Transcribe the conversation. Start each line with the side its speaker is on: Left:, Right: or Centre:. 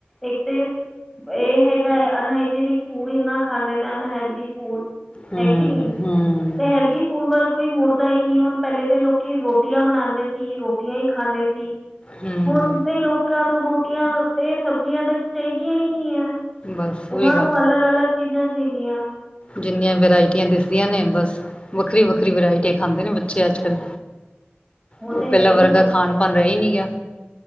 Centre: ਇੱਕ ਤੇ ਇਹ ਹੇਗਾ, ਅਨਹਾਨਿਕ ਫੂਡ ਖਾਂਦੇ ਨੇਲ ਫੂਡ
Left: ਹੂੰ-ਹੂੰ,
Centre: ਹੈ ਕੀ ਨਹੀਂ, ਤੇ ਹੈਲਦੀ ਫੂਡ ਵੱਲ ਕੋਈ ਮੁੜਦਾ ਹੀ ਨਹੀਂ ਹੁਣ ਪਹਿਲੇ ਤਾਂ ਲੋਕੀ ਰੋਟੀ ਰੋਟੀਆਂ ਬਣਾਦੇ ਸੀ, ਰੋਟੀਆਂ ਹੀ ਖਾਂਦੇ ਸੀ,
Left: ਹੂੰ
Centre: ਹੁਣ ਦੇ ਲੋਕ ਨੂੰ ਰੋਟੀਆਂ ਤੇ ਸਬਜ਼ੀਆਂ ਤੇ ਚਾਹੀਦੀਆਂ ਹੀ ਨੀ ਹੈ,
Left: ਬਸ
Centre: ਉਹਨਾਂ
Left: ਉਹੀ
Centre: ਨੂੰ
Left: ਗੱਲ
Centre: ਅਲੱਗ-ਅਲੱਗ ਸਿੱਧਾਂ ਸੀਦੀਆਂ
Left: ਜਿੰਨੀਆਂ ਵੈਰਾਇਟੀਆਂ ਦਿਸਦੀਆਂ, ਨੇ ਬਸ ਵੱਖਰੀ-ਵੱਖਰੀ ਵਰਾਇਟ ਖਾਂਦੇ ਨੇ ਬੱਚੇ ਅੱਜ-ਕੱਲ
Centre: <inaudible>
Left: ਉਹ
Centre: ਤਾਂ
Left: ਪਹਿਲਾਂ
Centre: ਹੈ ਹੀ
Left: ਵਰਗਾ
Centre: ਹੈ
Left: ਖਾਣ-ਪਾਣ ਰਹਿ ਨੀ ਗਿਆ।